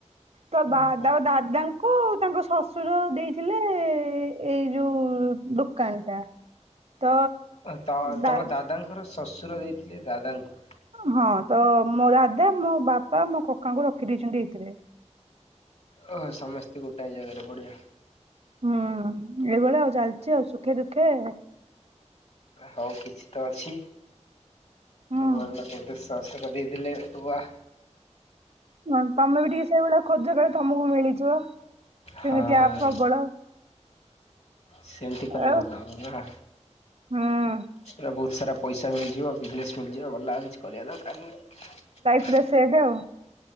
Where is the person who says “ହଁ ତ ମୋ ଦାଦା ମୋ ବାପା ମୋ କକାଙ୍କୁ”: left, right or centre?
Right